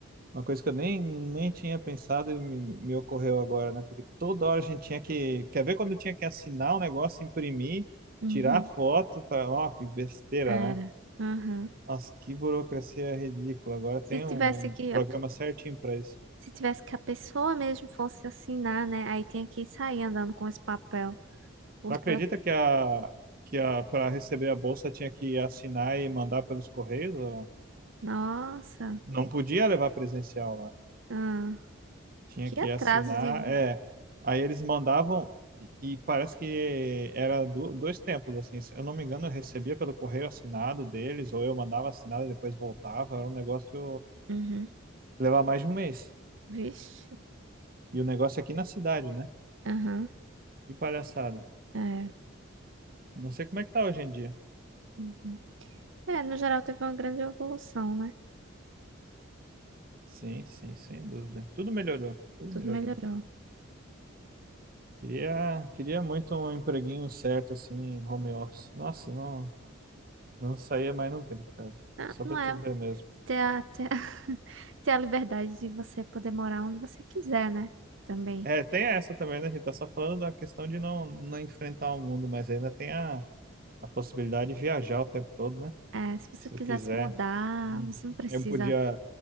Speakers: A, on the right; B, on the right.
A: Uma coisa que eu nem, nem tinha pensado e me, me ocorreu agora, né? Porque toda hora a gente tinha que. Quer ver quando tinha que assinar o negócio, imprimir,
B: Uhum.
A: tirar foto para. Ó, que besteira,
B: Era.
A: né?
B: Uhum.
A: Nossa, que burocracia ridícula. Agora tem
B: Se tivesse
A: um um
B: que
A: programa certinho para isso.
B: Se tivesse que a pessoa mesmo fosse assinar, né? Aí tinha que sair andando com esse papel. Os
A: Tu acredita
B: bra-
A: que a, que a, para receber a bolsa tinha que assinar e mandar pelos correios? Ou...
B: Nossa,
A: Não podia levar presencial lá.
B: ah,
A: Tinha
B: que
A: que
B: atraso
A: assinar,
B: de vida.
A: é. Aí eles mandavam e e parece que era do- dois tempos, assim. Se eu não me engano, eu recebia pelo correio assinado deles, ou eu mandava assinado e depois voltava. Era um negócio que
B: Uhum.
A: levava mais de um mês.
B: Vixe.
A: E o negócio é aqui na cidade, né?
B: Aham,
A: Que palhaçada.
B: é.
A: Não sei como é que tá hoje em dia.
B: Uhum. É, no geral teve uma grande evolução, né?
A: Sim, sim, sem dúvida. Tudo melhorou, tudo
B: Tudo
A: melhorou.
B: melhorou.
A: Queria, queria muito um empreguinho certo, assim, em home office. Nossa, não, não saía mais nunca de casa.
B: Ah,
A: Só
B: Não
A: pra
B: é
A: te ver mesmo.
B: ter a, ter a, <laughs> ter a liberdade de você poder morar onde você quiser, né? Também.
A: É, tem essa também, né? A gente tá só falando da questão de não, não enfrentar o mundo, mas ainda tem a, a possibilidade de viajar o tempo todo, né?
B: É, se você
A: Se tu
B: quiser
A: quiser.
B: se mudar,
A: Uhum.
B: você não precisa.
A: Eu podia